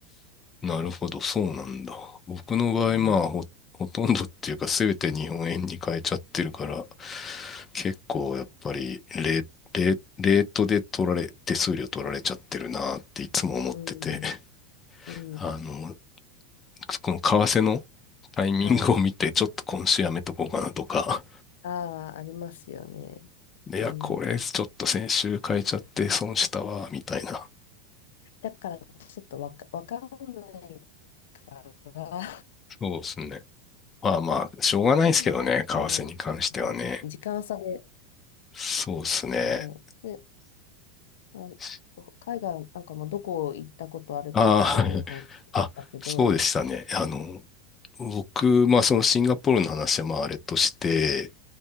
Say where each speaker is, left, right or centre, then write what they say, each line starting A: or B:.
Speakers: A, on the left; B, on the left.
A: なるほど、そうなんだ。僕の場合、
B: うん
A: まあ、ほ、ほとんどっていうか、すべて日本円に変えちゃってるから、結構やっぱりレ、レ、レートで取られ、手数料取られちゃってるなっていつも思ってて、
B: うん、
A: <laughs>
B: うん、
A: あの、この為替のタイミングを見て、
B: はい。
A: ちょっと今週やめとこうかなとか、
B: ああ、ありますよね。
A: うんいや、
B: うん。
A: これちょっと先週変えちゃって損したわ、みたいな。
B: だから、ちょっとわか、わかんないから、
A: そうですね。まあまあ、しょうがないですけどね、
B: <laughs>
A: 為替に関してはね。
B: もう、あの時間差で、
A: そうですね。
B: はい。で、まあの、
A: <laughs>
B: 海外なんかもどこ行ったことあるかっていう話でしたけど、
A: ああ、<laughs> あ、そうでしたね。あの、僕、まあそのシンガポールの話はまああれとして、